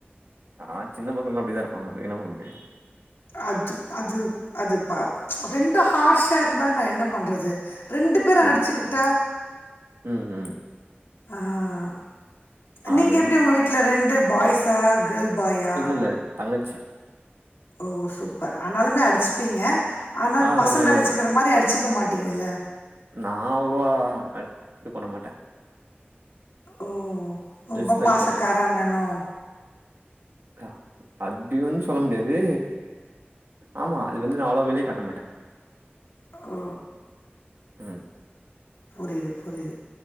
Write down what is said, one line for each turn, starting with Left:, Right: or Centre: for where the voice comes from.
Right: ஆ சின்ன பசங்கள்லா அப்டிதா இருப்பாங்க அதுக்கு என்ன பண்ண முடியு
Left: அது அது அது பா ரெண்டு ஹார்ஷா இருந்தா நா என்ன பண்றது ரெண்டு பேரு
Right: ஓகே
Left: அடிச்சிக்கிட்டா
Right: ம் ம்
Left: ஆஹ நீங்க
Right: அது
Left: எப்டி உங்க வீட்ல ரெண்டு பாய்ஸா கேர்ள் பாயா
Right: இல்ல இல்ல தங்கச்சி
Left: ஓ சூப்பர் ஆனாலுமே அடிச் சிப்பீங்க ஆனா
Right: ஆ அதுல
Left: பசங்க
Right: நெறைய
Left: அடிச்சுக்கிற
Right: வரு
Left: மாரி அடிச்சிக்க மாட்டிங்கல்ல
Right: நா அவ்ளவா அ இது பண்ண மாட்ட
Left: ஓ ரொம்ப
Right: ஜஸ்ட் லைக்
Left: பாசக்கார அண்ணணோ
Right: அ அப்டியுன் சொல்ல முடியாது ஆமா அது வந்து நா அவ்ளோவா வெளிய காட்ட மாட்ட
Left: ஓ
Right: ம்
Left: புரியுது புரியுது